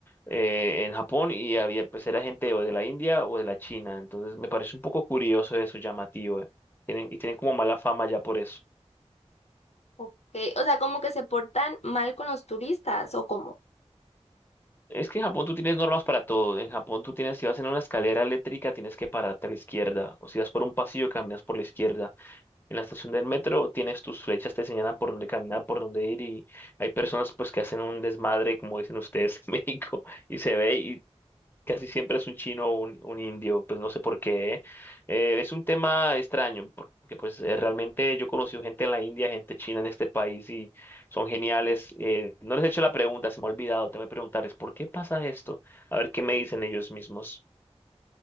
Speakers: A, on the left; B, on the left.
A: eh, en Japón y había pues era gente o de la India o de la China, entonces me parece un poco curioso eso, llamativo, eh. Tienen, y tienen como mala fama ya por eso.
B: Ok, O sea, como que se portan mal con los turistas o cómo.
A: Es que en Japón tú tienes normas para todo. En Japón tú tienes, si vas en una escalera eléctrica, tienes que pararte a la izquierda. O si vas por un pasillo, caminas por la izquierda. En la estación del metro tienes tus flechas, te señalan por dónde caminar, por dónde ir. Y hay personas pues que hacen un desmadre, como dicen ustedes <laughs> en México, y se ve y, Casi siempre es un chino o un, un indio, pues no sé por qué. Eh, es un tema extraño, porque pues eh, realmente yo he conocido gente en la India, gente china en este país y son geniales. Eh, no les he hecho la pregunta, se me ha olvidado, tengo que preguntarles, ¿por qué pasa esto? A ver qué me dicen ellos mismos.